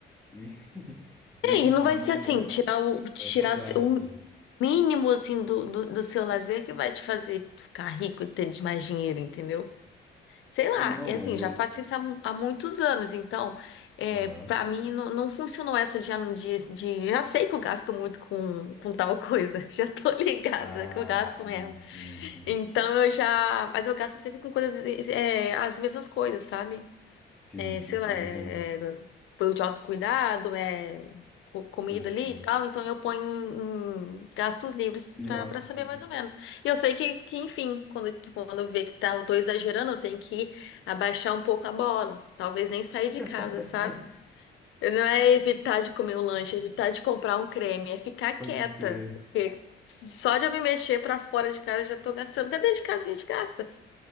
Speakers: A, in the centre; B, on the left.
A: e <laughs> nesse
B: E aí,
A: sentido
B: não vai
A: não
B: ser
A: é,
B: assim,
A: não é
B: tirar o,
A: não
B: tirar
A: é saudável,
B: o
A: sabe.
B: mínimo, assim, do, do, do seu lazer que vai te fazer ficar rico e ter mais dinheiro, entendeu? Sei lá,
A: Não,
B: é assim,
A: eu.
B: já faço isso há, mu- há muitos anos, então, é,
A: Aham.
B: para mim não, não funcionou essa de, de, de- Já sei que eu gasto muito com, com tal coisa, <laughs> já tô ligada
A: Ah,
B: que eu gasto
A: sim,
B: mesmo.
A: sim, sim.
B: Então eu já. Mas eu gasto sempre com coisas, é, as mesmas coisas, sabe?
A: Sim,
B: é,
A: sim,
B: sei
A: sim,
B: lá, é,
A: entendo.
B: é produto de autocuidado, é co- comida
A: Pode crer.
B: ali e tal, então eu ponho em, em gastos livres
A: Pior
B: para para
A: que.
B: saber mais ou menos. E eu sei que, que enfim, quando, quando eu ver que tá, eu tô exagerando, eu tenho que abaixar um pouco a bola, talvez nem sair de
A: <laughs>
B: casa, sabe? Não é evitar de comer um lanche, é evitar de comprar um creme, é ficar quieta,
A: Pode crer.
B: porque só de eu me mexer para fora de casa eu já tô gastando. Até dentro de casa a gente gasta,